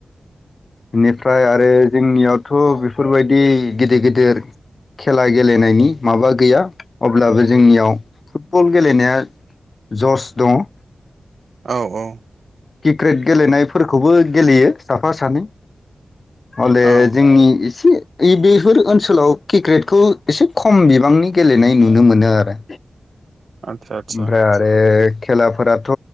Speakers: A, on the left; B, on the right.
A: बेनिफ्राय आरो जोंनियावथ' बेफोरबायदि गिदिर गिदिर खेला गेलेनायनि माबा गैया अब्लाबो जोंनियाव फुटबल गेलेनाया जस दङ
B: औ औ
A: किक्रेट गेलेनायफोरखौबो गेलेयो साफा सानै हले
B: औ
A: जोंनि एसे इ बेफोर ओनसोलाव किक्रेटखौ एसे खम बिबांनि गेलेनाय नुनो मोनो आरो।
B: आतसा आतसा
A: ओमफ्राय आरो खेलाफोराथ'